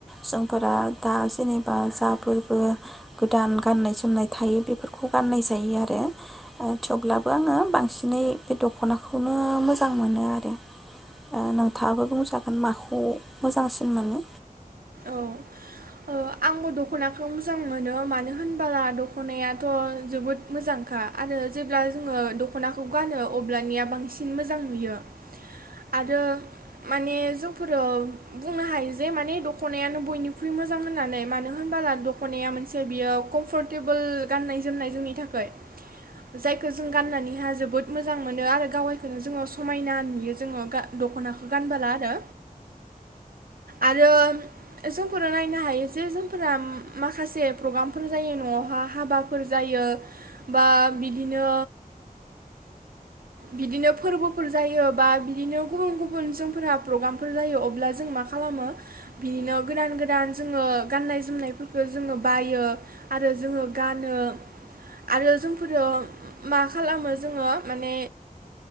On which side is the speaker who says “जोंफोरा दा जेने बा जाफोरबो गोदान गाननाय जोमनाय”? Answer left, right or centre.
Centre